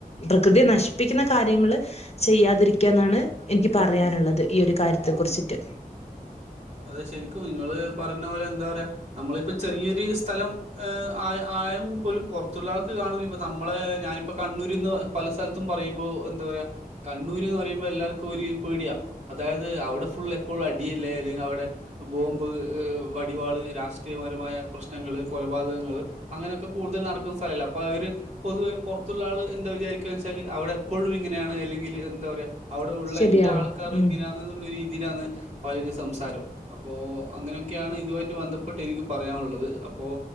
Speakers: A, on the left; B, on the right.
A: പ്രകൃതിയെ നശിപ്പിക്കുന്ന കാര്യങ്ങള് ചെയ്യാതിരിക്ക എന്നാണ് എനിക്ക് പറയാനുള്ളത് ഈ ഒരു കാര്യത്തെ കുറിച്ചിട്ട്.
B: അതെ ശരിക്കും നിങ്ങള് പറഞ്ഞ പോലെ എന്താ പറയാ നമ്മളിപ്പോ ചെറിയൊരു സ്ഥലം ഏഹ് ആയ ആയെങ്ക പോലും പുറത്തുള്ള ആൾക്ക് കാണും. ഇപ്പൊ നമ്മളെ ഞാനിപ്പോ കണ്ണൂരിന്ന് പല സ്ഥലത്തും പറയുമ്പോ എന്താ പറയാ കണ്ണൂര് ന്ന് പറയുമ്പോ എല്ലാവർക്കും ഒരു പേടിയാ. അതായത് അവിടെ ഫുൾ എപ്പോഴും അടിയല്ലേ. അല്ലെങ്ക ലവിടെ ബോംമ്പ്, ഹ് വടിവാള്, രാഷ്ട്രീയപരമായ പ്രശ്നങ്ങള്, കൊലപാതകങ്ങള് അങ്ങനെക്കെ കൂടുതൽ നടക്കുന്ന സ്ഥലല്ലേ. അപ്പൊ അവര് പൊതുവെ പുറത്തുള്ള ആള് എന്താ വിചാരിക്കുക വെച്ചാല് അവിടെ ഇപ്പോഴും ഇങ്ങനെയാണ്. അല്ലെങ്കി എന്താ പറയാ അവിടെ ഉള്ള
A: ശരിയാണ്
B: എല്ലാ ആൾക്കാരും
A: ഉം
B: ഇങ്ങനെയാണ് ള്ളരീ ലാണ് പലര് സംസാരം. അപ്പോ അങ്ങനെയൊക്കെയാണ് ഇതുമായിട്ട് ബന്ധപ്പെട്ട് എനിക്ക് പറയാനുള്ളത്. അപ്പോൾ